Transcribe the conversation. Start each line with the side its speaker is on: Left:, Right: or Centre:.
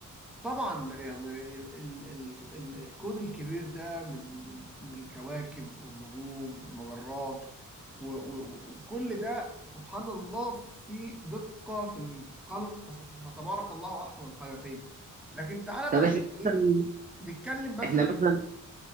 Centre: طبعا يعني ال ال ال ال الكون الكبير ده من من ال- من الكواكب والنجوم والمجرات و- و- وكل ده سبحان الله في دقة في الخلق فسب- فتبارك الله أحسن الخالقين لكن تعالى بقى
Right: طب احنا
Centre: يعني إيه
Right: مثلا
Centre: نتكلم مثلا
Right: احنا مثلا